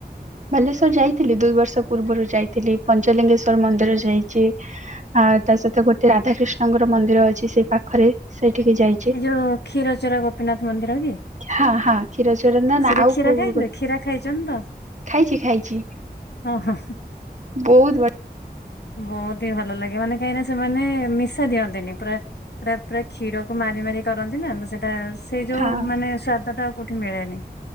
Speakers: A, on the right (about 45°); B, on the left (about 80°).
A: ବାଲେଶ୍ଵର ଯାଇଥିଲି ଦୁଇ ବର୍ଷ ପୂର୍ବରୁ ଯାଇଥିଲି ପଞ୍ଚଲିଙ୍ଗେଶ୍ଵର ମନ୍ଦିର ଯାଇଚି। ଆଉ ତା ସହିତ ଗୋଟେ ରାଧାକୃଷ୍ଣଙ୍କର ମନ୍ଦିର ଅଛି ସେଇ ପାଖରେ ସେଇଠିକି ଯାଇ
B: ଏଇ ଯୋଉ କ୍ଷୀର ଚୋରା ଗୋପୀନାଥ ମନ୍ଦିର କି
A: ହଁ, ହଁ କ୍ଷୀର ଚୋର ନା
B: ସେଇଟା
A: ନା ଆଉ
B: କ୍ଷୀରା
A: କୋଉ
B: କ୍ଷୀରା ଖାଇଛନ୍ତି ତ।
A: ଖାଇଚି ଖାଇଚି
B: ହଁ ହଁ
A: ବହୁତ ବ
B: ବହୁତ ହିଁ ଭଲ ଲାଗେ ମାନେ କାହିଁକି ସେମାନେ ମିଶା ଦିଅନ୍ତିନି ପୁରା ପୁରା ପୁରା କ୍ଷୀରକୁ ମାରି ମାରି କରନ୍ତି ନା ତ ସେଇଟା ସେଇ ଯୋଉ
A: ହଁ
B: ମାନେ ସ୍ଵାଦଟା ଆଉ କୋଉଠି ମିଳେନି।